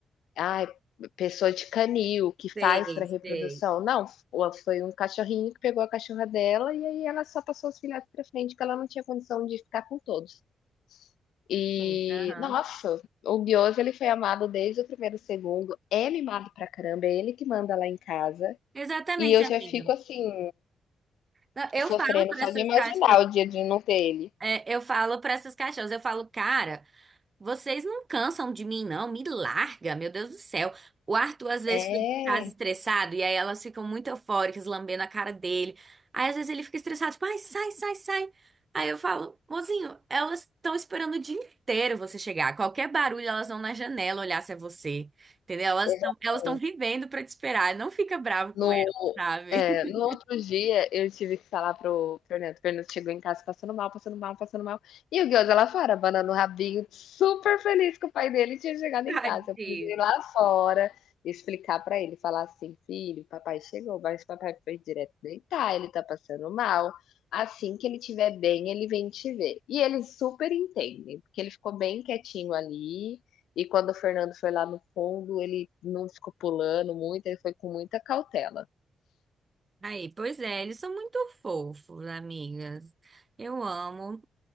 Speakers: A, on the left; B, on the right.
A: ai, pessoa de canil que faz
B: Sei,
A: para reprodução,
B: sei.
A: não, o foi um cachorrinho que pegou a cachorra dela e aí ela só passou os filhotes para frente, porque ela não tinha condição de ficar com todos. E,
B: Sim. Aham.
A: nossa, o Guioso ele foi amado desde o primeiro segundo, é mimado pra caramba, é ele que manda lá em casa,
B: É, exatamente,
A: e eu
B: amiga.
A: já fico assim,
B: Não, Eu
A: sofrendo
B: falo para
A: só
B: essas
A: de imaginar
B: cachorras,
A: o dia de não ter ele.
B: é, eu falo para essas cachorras, eu falo, cara, Vocês não cansam de mim, não. Me larga, meu Deus do céu. O Arthur às vezes
A: É.
B: fica em casa estressado e aí elas ficam muito eufóricas, lambendo a cara dele. Aí às vezes ele fica estressado, tipo, ai, sai, sai, sai. Aí eu falo, mozinho, elas estão esperando o dia inteiro você chegar. Qualquer barulho, elas vão na janela olhar se é você. Entendeu? Elas
A: Exatamente.
B: estão elas estão vivendo pra te esperar. Não fica bravo
A: No
B: com elas, sabe?
A: é, no
B: <laughs>
A: outro dia eu tive que falar para o para o Fernando, o Fernando chegou em casa passando mal, passando mal, passando mal, e o Ghost lá fora, abanando o rabinho, super feliz que o pai dele tinha chegado
B: Tadinho.
A: em casa. Eu precisei ir lá fora explicar para ele, falar assim: "Filho, papai chegou, mas papai foi direto deitar, ele tá passando mal, assim que ele estiver bem, ele vem te ver". E eles super entendem, porque ele ficou bem quietinho ali e quando o Fernando foi lá no fundo, ele não ficou pulando muito, ele foi com muita cautela.
B: Aí, pois é, eles são muito fofos, amigas. Eu amo.